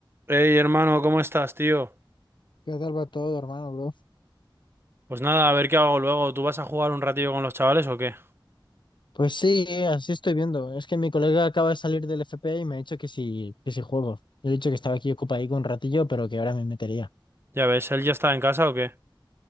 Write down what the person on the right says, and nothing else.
Hey, hermano, ¿cómo estás, tío?
Pues nada, a ver qué hago luego. ¿Tú vas a jugar un ratillo con los chavales o qué?
Ya ves, ¿él ya está en casa o qué?